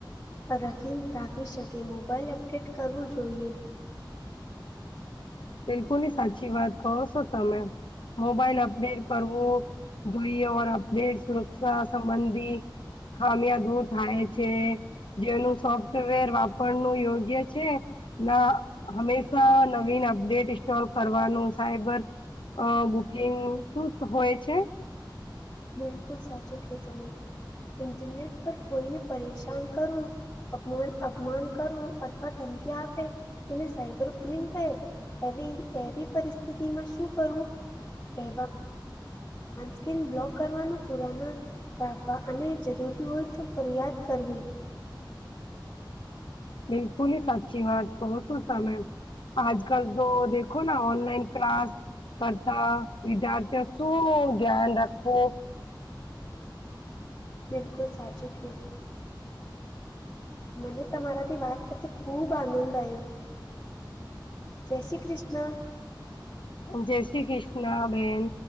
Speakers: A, on the left; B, on the left.
A: રાખીને રાખવી શકીએ મોબાઈલ અપડેટ કરવું જોઈએ
B: બિલકુલ ની સાચી વાત કહો છો તમે મોબાઈલ અપડેટ કરવું જોઈએર અપડેટ સુરક્ષા સંબંધી ખામિયા દૂર થાય છે. જેનું સોફ્ટવેર વાપરનું યોગ્ય છે. ના હમેશા નવીન ડેટ ઇન્સ્ટોલ કરવાનું સાયબર બુકિંગ શું હોય છે.
A: બિલકુલ સાચો ક તમે ઇન્ટરનેટ પર કોઈને પરેશાન કરો. અપમાન અપમાન કરવું અથવા ધમકી આપે તેને સાયબર ફુલિંગ કહે. એવી એવી પરિસ્થિતિ માં શું કરવું? એ સ્કીન બ્લોક કરવાનું. પુરાના રાખવા અને જરૂરી હોય તો ફરિયાદ કરવી
B: બિલકુલી સાચી વાત કહો છું સમે આજ કલ તો દેખો ના ઓનલાઈન ક્લાસ કરતા વિદ્યાર્થીઓ શું ધ્યાન રાખવું
A: બિલકુલ સાચું કો મને તમારાથી વાત કરતા ખૂબ આનંદ આયો જય શ્રી કૃષ્ણ
B: જય શ્રી કૃષ્ણ બેહેન